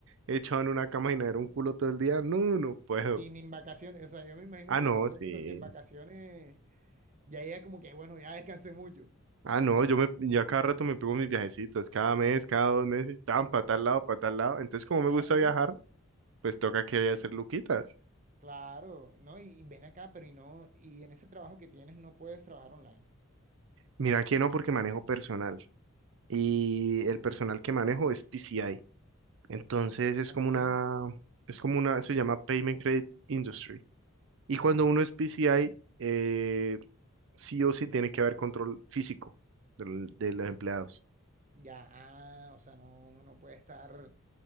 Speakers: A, on the right; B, on the right.
A: echado en una cama y nadar un culo todo el día. No, no puedo.
B: Y ni en vacaciones, o sea, yo me imagino
A: Ah,
B: que
A: no,
B: tú eres
A: sí.
B: de los que en vacaciones Ya ella como que, bueno, ya descansé mucho.
A: Ah, no, yo me, yo a cada rato me pego mis viajecitos, cada mes, cada dos meses, tan para tal lado, para tal lado. Entonces, como me
B: Ah,
A: gusta
B: sí,
A: viajar, pues toca que voy a hacer luquitas.
B: claro, ¿no? Y, y ven acá, pero y no, y en ese trabajo que tienes no puedes trabajar online.
A: Mira que no, porque manejo personal. Y el personal que manejo es PCI. Entonces es
B: ¿Cómo
A: como
B: así?
A: una, es como una, se llama Payment Credit Industry. Y
B: Ajá.
A: cuando uno es PCI, eh, sí o sí tiene que haber control físico del- de, los empleados.
B: Ya, ah, o sea, no, uno no puede estar,